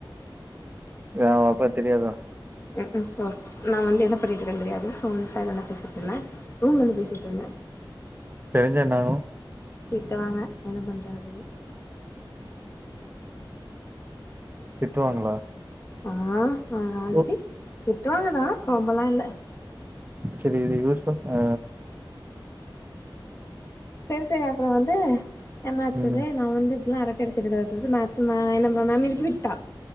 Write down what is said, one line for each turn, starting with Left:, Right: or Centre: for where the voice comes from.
Right: ஏன் ஓன் அப்பாக்கு தெரியாதோ
Left: ம் ம் போ நா வந்து என்ன பண்ணிட்டுருக்கேனு தெரியாது சோ வந்து சைலன்ட்டா பேசிட்டு இருந்தே ரூம்ல இருந்து பேசிட்டு இருந்தே
Right: தெரிஞ்சா என்ன ஆகு
Left: திட்டுவாங்க என்ன பண்ற அப்டினு
Right: திட்டுவாங்களா
Left: ஆ ஆ ஆல்ரெடி
Right: ஓ
Left: திட்டுவாங்கதா ரொம்பல்லா இல்ல
Right: சேரி இது யூஸ் பண் ஆ
Left: சேரி சேரி அப்புறோ வந்து என்னாச்சது
Right: ம்
Left: நா வந்து இப்டில்லா அரட்டடிச் திட்டுங்க <unintelligible> மேத்து மே என்ன மே மேம் எழுப்பி விட்டா